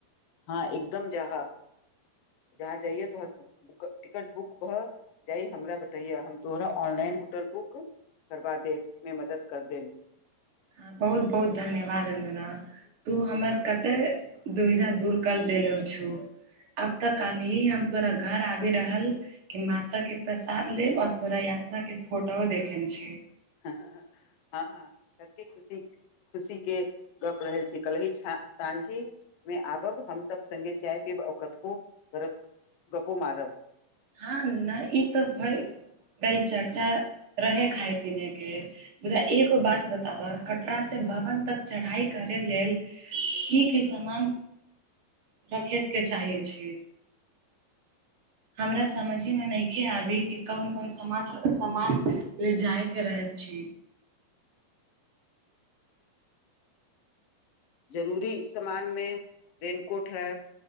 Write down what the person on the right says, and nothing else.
हाँ बहुत बहुत धन्यवाद अंजना तू हमर कते दुविधा दूर करल देलो छूँ अब तऽ काल ही हम तोरा घर आबि रहल के माता के प्रसाद लेब और तोरा यात्रा के फोटो देखेम छै
हाँ जेना ई तऽ भए गेल चर्चा रहै खाय पीनेके मुदा एगो बात बताबऽ कटरा से भवन तक चढ़ाई करे लेल की की समान रखेत के चाहे छी हमरा समझीमे नहिखे आबी की कोन कोन समठ समान ले जाय के रहे छी